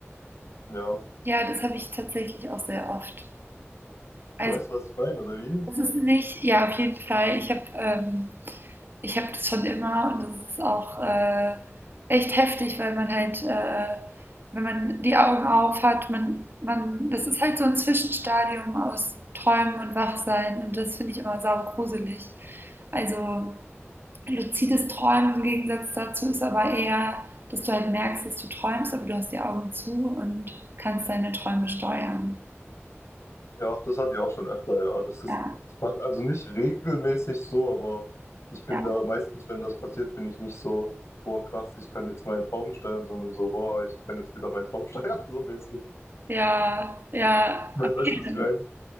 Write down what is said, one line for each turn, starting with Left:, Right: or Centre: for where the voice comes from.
Left: Ja.
Right: Ja, das habe ich tatsächlich auch sehr oft. Also,
Left: Du weißt, was ich meine, oder wie?
Right: das ist nicht ja, auf jeden Fall. Ich habe ähm, ich habe das schon immer und das ist auch äh, echt heftig, weil man halt, äh, wenn man die Augen auf hat, man, man, das ist halt so ein Zwischenstadium aus Träumen und Wachsein und das finde ich immer saugruselig. Also, luzides Träumen im Gegensatz dazu ist aber eher, dass du halt merkst, dass du träumst, aber du hast die Augen zu und kannst deine Träume steuern.
Left: Ja, das hatte ich auch schon öfter, ja. Das ist
Right: Ja,
Left: fast- also nicht regelmäßig so, aber ich bin
Right: ja,
Left: da meistens, wenn das passiert, bin ich nicht so, boah, krass, ich kann jetzt meinen Traum steuern, sondern so, boah, ich kann jetzt wieder meinen Traum steuern, <laughs> so mäßig.
Right: ja, ja,
Left: Weißt,
Right: okay.
Left: weißt du, was ich meine?